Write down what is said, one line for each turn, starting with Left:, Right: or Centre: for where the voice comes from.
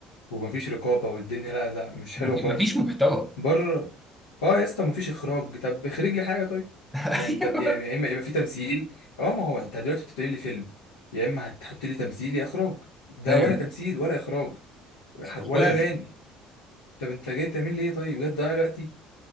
Left: ومفيش رقابة والدنيا لا لا مش حلوة
Centre: مفي-
Left: خالص
Centre: مفيش محتوى
Left: بره اه يا اسطى مفيش اخراج طب اخرج لي حاجة طيب
Centre: <laughs>
Left: يعني
Centre: أيوه
Left: طب يا يا اما يبقى في تمثيل اه ما هو انت دلوقتي بتعمل لي فيلم يا اما هتحط لي تمثيل يا اخراج ده
Centre: أيوه
Left: ولا تمثيل ولا اخراج
Centre: حرفيا
Left: ولا اغاني طب انت جاي تعمل لي ايه طيب بجد ضيع الوقت